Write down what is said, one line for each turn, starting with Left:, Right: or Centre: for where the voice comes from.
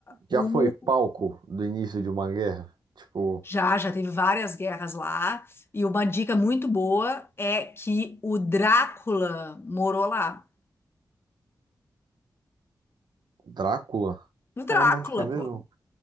Left: O...
Right: Já foi palco do início de uma guerra? Tipo,
Left: Já, já teve várias guerras lá. E uma dica muito boa é que o Drácula morou lá.
Right: Drácula?
Left: O
Right: Caramba,
Left: Drácula,
Right: onde que é mesmo?
Left: pô.